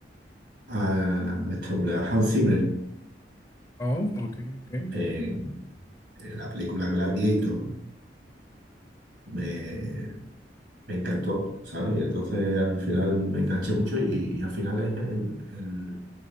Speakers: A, on the right (about 75°); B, on the left (about 20°).
A: a este hombre, a Hans Zimmer,
B: Oh, ok, ok.
A: en, en la película Gladiator, me, me encantó, ¿sabes? Y entonces al final me enganché mucho y, y al final es el, el-